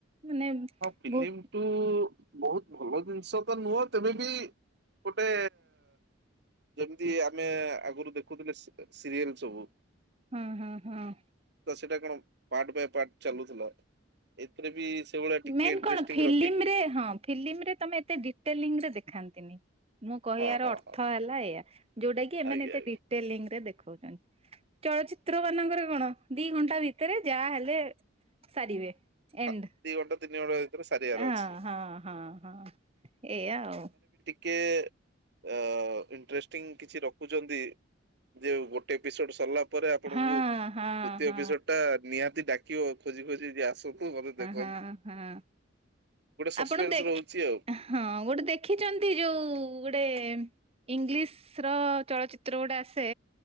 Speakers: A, on the right (about 30°); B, on the right (about 60°).
A: ମାନେ
B: ହଁ ଫିଲ୍ମ
A: ବହୁତ
B: ଟୁ ବହୁତ ଭଲ ଜିନିଷ ତ ନୁହଁ ତେମ ବି ଗୋଟେ ଯେମିତି ଆମେ ଆଗରୁ ଦେଖୁଥିଲେ ସିରିଏଲ ସବୁ
A: ହଁ-ହଁ-ହଁ।
B: ସେଟା କଣ ପାର୍ଟ ବାଇ ପାର୍ଟ ଚାଲୁଥିଲା ଏଥିରେ ବି ସେଇଭଳିଆ ଟିକେ
A: ମେନ
B: ଇଣ୍ଟରେଷ୍ଟିଂ
A: କଣ ଫିଲ୍ମରେ
B: ରଖିକି
A: ହଁ ଫିଲ୍ମରେ ତମେ ଏତେ ଡିଟେଲିଙ୍ଗରେ ଦେଖାନ୍ତିନି। ମୁଁ କହିବାର
B: ହଁ ହଁ
A: ଅର୍ଥ
B: ହଁ
A: ହେଲା ଏୟା ଯୋଉଟା କି ଏମାନେ
B: ଆଜ୍ଞା
A: ଏତେ
B: ଆଜ୍ଞା
A: ଡିଟେଲ ଲିଙ୍କରେ ଦେଖୁ ଚଳଚିତ୍ର ମାନଙ୍କରେ କଣ ଦି ଘଣ୍ଟା ଭିତରେ ଯାହା ହେଲେ ସରିିବେ ଏଣ୍ଡ
B: ହଁ, ଦି ଘଣ୍ଟା ତିନି ଘଣ୍ଟା ଭିତରେ ସାରିବାର
A: ହ-ହଁ-ହଁ-ହଁ।
B: ଅଛି
A: ଏଇଆଉ।
B: କେ ଇନଣ୍ଟ୍ରେଷ୍ଟିଙ୍ଗ କିଛି ରଖୁଛନ୍ତି ଯେ ଗୋଟେ ଏପିସୋଡ ସରିଲା ପରେ ଆପଣଙ୍କୁ
A: ହଁ
B: ଦ୍ବିତୀୟ
A: ହଁ ହଁ
B: ଏପିସୋଡ ଟା ନିହାତି ଡାକିବ ଖୋଜି ଖୋଜି ଯେ ଆସନ୍ତୁ ନହେଲେ ଦେଖ
A: ହଁ-ହଁ।
B: ସସ୍ପେନ୍ସ
A: ଆପଣ ଦେଖ
B: ରହୁଛି ଆଉ
A: ହଁ ଗୋଟେ ଦେଖିଛନ୍ତି ଯୋଉ ଗୋଟେ ଇଂଲିଶ ର ଚଳଚିତ୍ର ଗୋଟେ ଆସେ।